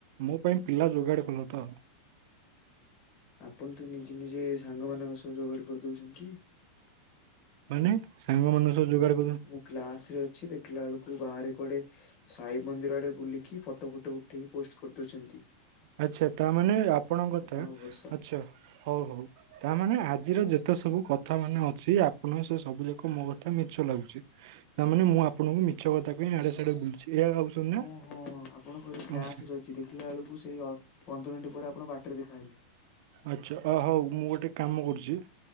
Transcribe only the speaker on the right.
ମୋ ପାଇଁ ପିଲା ଯୋଗାଡ଼ କଲ ତ?
ମାନେ ସାଙ୍ଗ ମାନଙ୍କ ସହ ଯୋଗାଡ କରୁ
ଆଚ୍ଛା ତାମାନେ ଆପଣଙ୍କ କଥା
ଆଛା ହଉ ହଉ। ତାମାନେ ଆଜିର ଯେତେ ସବୁ କଥା ମାନେ ଅଛି ଆପଣ ସେ ସବୁ ଯାକ ମୋ କଥା ମିଛ ଲାଗୁଚି। ତା ମାନେ ମୁଁ ଆପଣଙ୍କୁ ମିଛ କଥା କହି ଆଡେ ସିଆଡେ ବୁଲୁଚି ଏଇଆ ଭାବୁଛନ୍ତି
ନା?
ଆଚ୍ଛା
ଆଚ୍ଛା ଅ ହଉ ମୁଁ ଗୋଟେ କାମ କରୁଚି